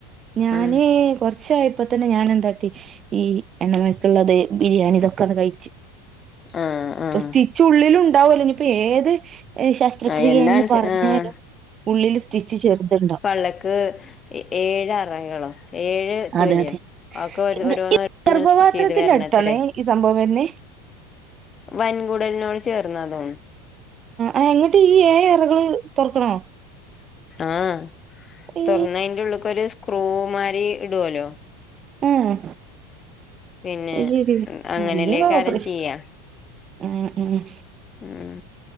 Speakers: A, on the right (about 30°); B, on the left (about 25°).
A: ഞാന്
B: ഉം
A: കൊർ ച്ചായപ്പ തന്നെ ഞാൻ എന്താക്കി ഈ എണ്ണമെയ്ക്ള്ളത് ബിരിയാണി ഇതൊക്കാണ്ട് കഴിച്ച്
B: ആഹ് ആഹ്
A: സ്റ്റിച്ച് ഉള്ളിലും ഉണ്ടാവല്ലോ ഇനിപ്പ ഏത് ഈ ശസ്ത്രക്രി
B: ആ എന്താണ്
A: യേണ്ന്ന്
B: ചെ
A: പറഞ്ഞാലും
B: ആഹ്
A: ഉള്ളില് സ്റ്റിച്ച് ചെറുത്ണ്ടാവും
B: ടക്ക് ഏഴ് അറകളോ ഏഴ് എത്തൂല്യോ
A: അതെ അതെ
B: അ ഒക്കെ ഓരോ
A: ഇത്
B: ഓരോന്ന് ഇങ്ങനെ
A: ഗർഭപാത്രത്തിന്റെ
B: സ്റ്റിച്ച്യ്ത് വരണത്രേ
A: അടുത്താണ് ഈ സംഭവം വരുന്നേ
B: വൻകൂടലിനോട് ചേർന്ന തോന്ന്ണ്
A: ആഹ് എങ്ങട്ട് ഈ ഏഴ് അറകള് തൊർക്കണോ
B: ആഹ്
A: ഏ
B: തൊർന്ന് അയ്ന്റെ ഉള്ള്ക്ക്‌ ഒരു സ്ക്രൂ മായ്രി ഇടുവോല്ലോ
A: ആഹ്
B: പിന്നെ
A: അയ് ശെരി
B: അങ്ങനെല്ലേക്കാരം
A: അല്ലെ പ്പ ഓപ്പറേഷ്
B: ചെയ്യാ
A: ആഹ് ആഹ്
B: ഉം